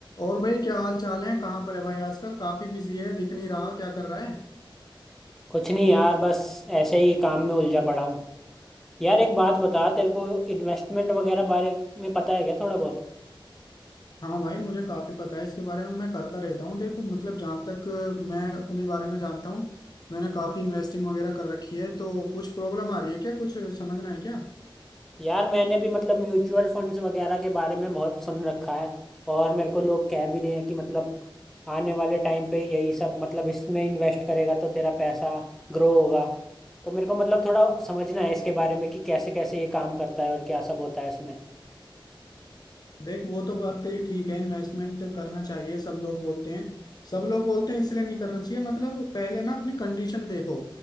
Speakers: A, on the left (about 50°); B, in the centre.
A: और भाई क्या हाल चाल है कहाँ पर है भाई आजकल काफी बिजी है दिख नहीं रहा क्या कर रहा है
B: कुछ नहीं यार बस ऐसे ही काम में उलझा पड़ा हूँ यार एक बात बता तेरे को इन्वेस्टमेंट वगैरह बारे में पता है क्या थोड़ा बहुत
A: हाँ भाई मुझे काफी पता है इसके बारे में मैं करता रहता हूँ देखो मतलब जहाँ तक मैं अपने बारे में जानता हूँ मैंने काफी इन्वेस्टिंग वगैरह कर रखी है तो कुछ प्रॉब्लम आ रही है क्या कुछ समझना है क्या
B: यार मैंने भी मतलब म्यूचुअल फंड्स वगैरह के बारे में बहुत सुन रखा है और मेरे को लोग कह भी रहे हैं कि मतलब आने वाले टाइम पे यही सब मतलब इसमें इन्वेस्ट करेगा तो तेरा पैसा ग्रो होगा तो मेरे को मतलब थोड़ा समझना है इसके बारे में कि कैसे कैसे ये काम करता है और क्या सब होता है इसमें
A: देख वो तो बात तेरी ठीक है इन्वेस्टमेंट करना चाहिए सब लोग बोलते हैं सब लोग बोलते हैं इसलिए नहीं करना चाहिए मतलब पहले ना अपनी कंडीशन देखो